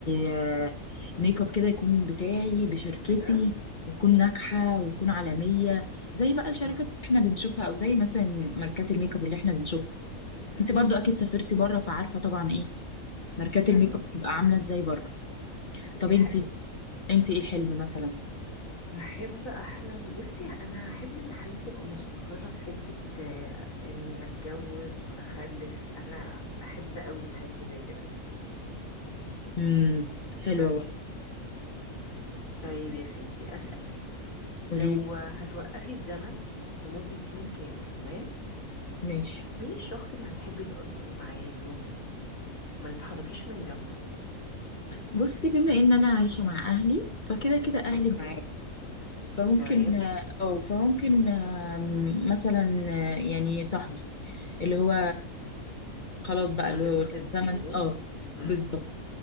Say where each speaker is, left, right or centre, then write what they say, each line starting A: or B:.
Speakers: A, on the left (about 40°); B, on the left (about 70°).
A: آه، ميك اب كده يكون بتاعي بشركتي
B: بجد
A: وتكون ناجحه وتكون عالميه زي بقى الشركات
B: مم.
A: اللي احنا بنشوفها او زي مثلا ماركات الميك اب اللي احنا بنشوفها
B: مم.
A: انت برضو اكيد سافرتي بره فعارفه طبعا ايه ماركات
B: ايوه
A: الميك اب بتبقى عامله ازاي بره
B: دي
A: طب انت
B: حقيقة
A: انت ايه الحلم مثلا
B: هحب احلم بصي انا هحب ان حياتي تبقى مستقرة في حتة آه، اني اتجوز واخلف انا احب قوي حاجة زي كده
A: امم حلوه
B: بس طيب يا ستي اسألك
A: قولي
B: لو هتوقفي الزمن لمدة يوم كامل تمام
A: ماشي
B: مين الشخص اللي هتحبي تقضي معاه اليوم ده ما تتحركيش من جنبه
A: بصي بما ان انا عايشه مع اهلي فكده كده اهلي
B: اوكي
A: معايا فممكن
B: تمام
A: اه فممكن آم، مثلا آه، يعني صاحبي اللي هو خلاص بقى اللي
B: هتتخضي
A: هو الزمن
B: له
A: اه
B: امم
A: بالظبط